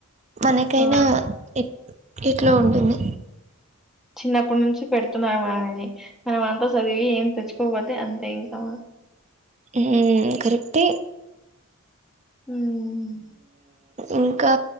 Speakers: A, on the right; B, in the centre.
A: మనకైనా
B: ఆ
A: ఎ ఎట్లో ఉంటుంది.
B: చిన్నప్పుడు నుంచి పెడుతున్నారు. <inaudible> మనం అంత చదివి ఏం తెచ్చుకోపోతే అంతే ఇంకా
A: మ్ కరెక్టే
B: మ్
A: ఇంకా